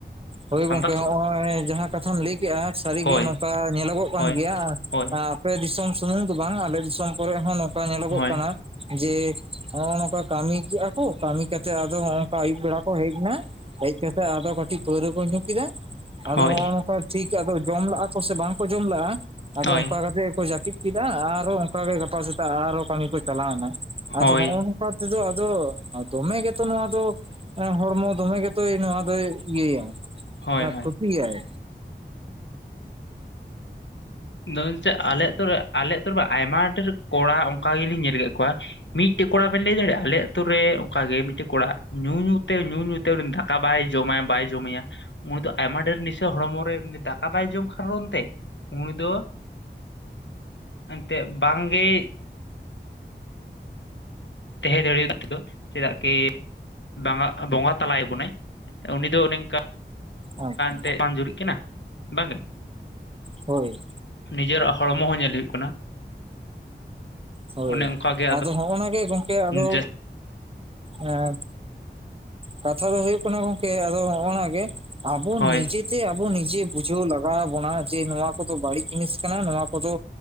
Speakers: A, on the right; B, on the left.
A: ᱦᱳᱭ
B: ᱥᱟᱱᱛᱟᱲ
A: ᱜᱚᱢᱠᱮ ᱱᱚᱜ-ᱚᱭ ᱡᱟᱦᱟᱸ ᱠᱟᱛᱷᱟᱢ ᱞᱮᱭ ᱠᱮᱜ-ᱟ ᱥᱟᱹᱨᱤ
B: ᱦᱳᱭ
A: ᱜᱮ ᱱᱚᱝᱠᱟ ᱧᱮᱞᱚᱜᱚᱜ ᱠᱟᱱ
B: ᱦᱳᱭ
A: ᱜᱮᱭᱟ
B: ᱦᱳᱭ
A: ᱟᱯᱮᱭᱟᱜ ᱫᱤᱥᱚᱢ ᱥᱩᱢᱩᱝ ᱫᱚ ᱵᱟᱝ ᱟᱞᱮ ᱫᱤᱥᱚᱢ ᱠᱚᱨᱮ ᱦᱚᱸ ᱱᱚᱝᱠᱟ ᱧᱮᱞᱚᱜᱚᱜ
B: ᱦᱳᱭ
A: ᱠᱟᱱᱟ ᱡᱮ ᱱᱚᱜ-ᱚ ᱱᱚᱝᱠᱟ ᱠᱟᱹᱢᱤ ᱠᱮᱜᱼᱟ ᱠᱚ ᱠᱟᱹᱢᱤ ᱠᱟᱛᱮᱜ ᱟᱫᱚ ᱱᱚᱜᱼᱚ ᱱᱚᱝᱠᱟ ᱟᱹᱭᱩᱵ ᱵᱮᱲᱟ ᱠᱚ ᱦᱮᱡᱱᱟ ᱦᱮᱡ ᱠᱟᱛᱮ‌ ᱟᱫᱚ ᱠᱟᱹᱴᱤᱡ ᱯᱟᱹᱣᱨᱟᱹ ᱠᱚ ᱧᱩ ᱠᱮᱫᱟ ᱟᱫᱚ
B: ᱦᱳᱭ
A: ᱱᱚᱜ-ᱚ ᱱᱚᱝᱠᱟ ᱴᱷᱤᱠ ᱟᱫᱚ ᱡᱚᱢ ᱞᱟᱜ ᱠᱚ ᱥᱮ ᱵᱟᱝ ᱠᱚ ᱡᱚᱢ ᱞᱟᱜ-ᱟ ᱟᱫᱚ
B: ᱦᱳᱭ
A: ᱚᱝᱠᱟ ᱠᱟᱛᱮᱜᱮᱠᱚ ᱡᱟᱹᱯᱤᱫ ᱠᱮᱫᱟ ᱟᱨᱚ ᱚᱱᱠᱟᱜᱮ ᱜᱟᱯᱟ ᱥᱮᱛᱟᱜ ᱟᱨᱚ ᱠᱟᱹᱢᱤ ᱠᱚ ᱪᱟᱞᱟᱣ ᱮᱱᱟ᱾ ᱟᱫᱚ
B: ᱦᱳᱭ
A: ᱱᱚᱜᱼᱚ ᱱᱚᱝᱠᱟ ᱛᱮᱫᱚ ᱟᱫᱚ ᱫᱚᱢᱮ ᱜᱮᱛᱚ ᱱᱚᱣᱟ ᱫᱚ ᱦᱚᱲᱢᱚ ᱫᱚᱢᱮ ᱜᱮᱛᱚᱭ ᱱᱚᱣᱟ ᱫᱚᱭ ᱤᱭᱟᱹᱭᱟᱭ
B: ᱦᱳᱭ ᱦᱳᱭ
A: ᱠᱷᱚᱛᱤᱭᱟᱭ᱾
B: <unintelligible> ᱟᱞᱮ ᱟᱛᱩᱨᱮ, ᱟᱞᱮ ᱟᱹᱛᱩᱨᱮᱢᱟ ᱟᱭᱢᱟ ᱰᱷᱟᱹᱨ ᱠᱚᱲᱟ ᱚᱱᱠᱟ ᱜᱮᱞᱤᱧ ᱧᱮᱞ ᱠᱮᱫ ᱠᱚᱣᱟ ᱢᱤᱫᱴᱮᱡ ᱠᱚᱲᱟ ᱵᱮᱱ ᱞᱮᱭ ᱫᱟᱲᱮᱜᱼᱟ ᱟᱞᱮ ᱟᱛᱩᱨᱮ ᱚᱱᱠᱟᱜᱮ ᱢᱤᱫᱴᱮᱡ ᱠᱚᱲᱟ ᱧᱩ ᱧᱩ ᱛᱮ ᱧᱩ ᱧᱩ ᱛᱮ ᱫᱟᱜ ᱠᱟ ᱵᱟᱭ ᱡᱚᱢᱟ ᱵᱟᱭ ᱡᱚᱢᱮᱭᱟ ᱩᱱᱤ ᱫᱚ ᱟᱭᱢᱟ ᱰᱷᱮᱨ ᱱᱮᱥᱟ ᱦᱚᱲᱢᱚ ᱨᱮ ᱩᱱᱤ ᱫᱟᱠᱟ ᱵᱟᱭ ᱡᱚᱢ ᱠᱟᱨᱚᱱᱛᱮ ᱩᱱᱤ ᱫᱚ ᱮᱱᱛᱮᱜ ᱵᱟᱝᱜᱮᱭ ᱛᱟᱦᱮᱸ ᱫᱟᱲᱮᱭᱟᱜ ᱛᱮᱫᱚ ᱪᱮᱫᱟᱜ ᱠᱤ ᱵᱟᱝᱟᱜ ᱵᱚᱸᱜᱟ ᱛᱟᱞᱟᱭᱮᱜ ᱵᱚᱱᱟᱭ ᱩᱱᱤ ᱫᱚ ᱚᱱᱮ ᱚᱝᱠᱟ
A: ᱟᱪᱪᱷᱟ
B: <inaudible> ᱡᱩᱨᱤᱜ ᱠᱟᱱᱟ ᱵᱟᱝᱜᱮ᱾
A: ᱦᱳᱭ
B: ᱱᱤᱡᱮᱨᱟᱜ ᱦᱚᱲᱢᱚ ᱦᱚᱸ ᱧᱮᱞ ᱦᱩᱭᱩᱜ ᱠᱟᱱᱟ᱾
A: ᱦᱳᱭ
B: ᱚᱱᱮ ᱚᱱᱠᱟᱜᱮ
A: ᱟᱫᱚ ᱱᱚᱜᱼᱚᱱᱟ ᱜᱮ ᱜᱚᱝᱠᱮ ᱟᱫᱚ
B: ᱡᱟᱹᱥ
A: ᱮᱸ ᱠᱟᱛᱷᱟ ᱫᱚ ᱦᱩᱭᱩᱜ ᱠᱟᱱᱟ ᱜᱚᱝᱠᱮ ᱟᱫᱚ ᱱᱚᱜᱼᱚᱱᱟᱜᱮ ᱟᱵᱚ
B: ᱦᱳᱭ
A: ᱱᱤᱡᱮ ᱛᱮ ᱟᱵᱚ ᱱᱤᱡᱮ ᱵᱩᱡᱷᱟᱹᱣ ᱞᱟᱜᱟᱣ ᱟᱵᱚᱱᱟ ᱡᱮ ᱱᱚᱣᱟ ᱠᱚᱫᱚ ᱵᱟᱹᱲᱤᱡ ᱡᱤᱱᱤᱥ ᱠᱟᱱᱟ ᱱᱚᱣᱟ ᱠᱚᱫᱚ